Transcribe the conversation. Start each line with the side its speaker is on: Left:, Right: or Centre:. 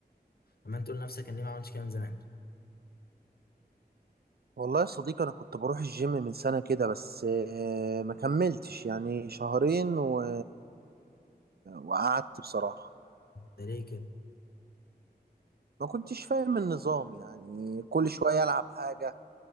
Left: عمال تقول لنفسك انا ليه ما عملتش كده من زمان
Right: والله يا صديقي انا كنت بروح الجيم من سنه كده بس آه، ما كملتش يعني شهرين و... وقعدت بصراحه
Left: ده ليه كده
Right: ما كنتش فاهم النظام يعني كل شوية ألعب حاجة